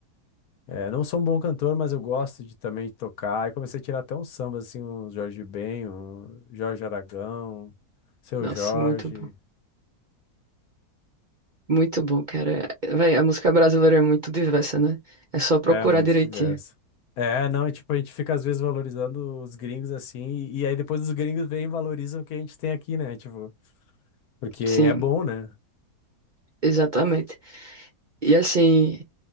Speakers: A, on the left; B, on the right.
A: É, não sou um bom cantor, mas eu gosto de também tocar. E comecei a tirar até uns sambas, assim, uns Jorge Ben, um Jorge Aragão, Seu
B: Nossa,
A: Jorge.
B: muito bom. Muito bom, cara. Véi, a música brasileira é muito diversa, né? É só procurar
A: É, muito
B: direitinho.
A: diverso. É, não, e tipo, a gente fica às vezes valorizando os gringos assim, e, e aí depois os gringos vêm e valorizam o que a gente tem aqui, né? Tipo, porque é
B: Sim,
A: bom, né?
B: exatamente. E assim.